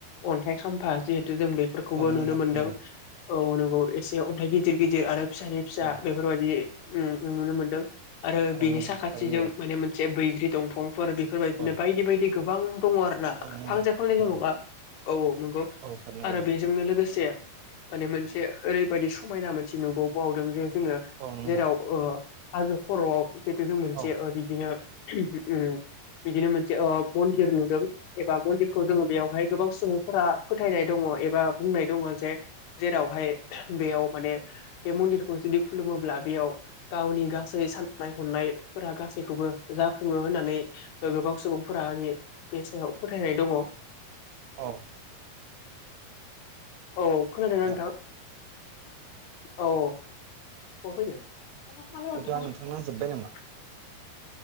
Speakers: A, on the left; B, on the right.
A: अन्थाइ खामफा जिहेथ त जों बेफोरखौबो
B: नोंथां औ नंगौ
A: नुनो
B: नोंथां नंगौ
A: मोन्दों
B: नंगौ नोंथां नंगौ
A: औ नंगौ एसे अन्थाइ गिदिर गिदिर आरो। फिसानि फिसा
B: औ
A: बेफोरबायदि नु नुनो मोनदों। आरो
B: औ
A: बिनि
B: नंगौ नोंथां
A: साखाथिजों
B: थारैनो नंगौ
A: माने मोनसे बैग्रि दंफांफोर बेफोरबायदिनो
B: औ
A: बायदि बायदि गोबां दङ आरो ना
B: औ नंगौ नोंथां
A: फांसे फांनैल'
B: नंगौ
A: नङा। औ औ नंगौ
B: औ थारैनो
A: आरो
B: नंगौ
A: बेजोंनो लोगोसे। माने मोनसे ओरैबायदि समायना मोनसे नुबोबावदों जे जोङो
B: औ नंगौ
A: जेराव
B: नोंथां
A: हाजो खर'आव जितु जों मोनसे
B: औ
A: बिदिनो। उम बिदिनो मोनसे मन्दिर नुदों एबा मन्दिरखौ जोङो बेयावहाय। गोबां सुबुंफोरा फोथायनाय दङ एबा बुंनाय दङ जे जेरावहाय बेयाव माने बे मन्दिरखौ जुदि खुलुमोब्ला बेयाव गावनि गासै साननाय हनायफोरा गासैखौबो जाफुङो होननानै गोबां सुबुंफोरानि बे सायाव फोथायनाय दङ।
B: औ।
A: औ
B: नोंथां
A: खोनादोंना नोंथां औ औ।
B: अब्ला नोंथांना
A: <unintelligible>
B: जोब्बाय नामा